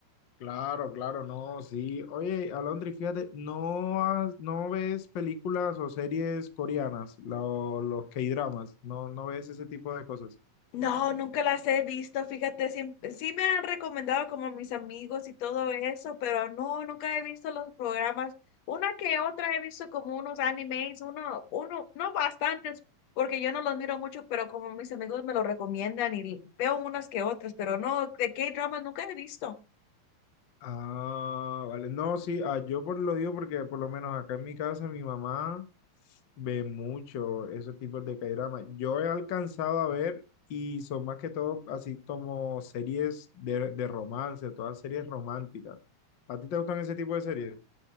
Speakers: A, on the left; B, on the left.
A: Claro, claro, no, sí. Oye, Alondri, fíjate, ¿no, has- no ves películas o series coreanas, lo- los K-dramas? ¿No, no ves ese tipo de cosas?
B: No, nunca las he visto, fíjate, siempre, sí me han recomendado como mis amigos y todo eso, pero no, nunca he visto los programas. Una que otra he visto como unos animes, uno, uno, no bastantes, porque yo no los miro mucho, pero como mis amigos me lo recomiendan y veo unas que otras, pero no, de K-dramas nunca he visto.
A: Ah, vale. No, sí, ah, yo por, lo digo porque por lo menos acá en mi casa mi mamá ve mucho esos tipos de K-dramas. Yo he alcanzado a ver y son más que todo así como series de, de romance, todas series románticas. ¿A ti te gustan ese tipo de series?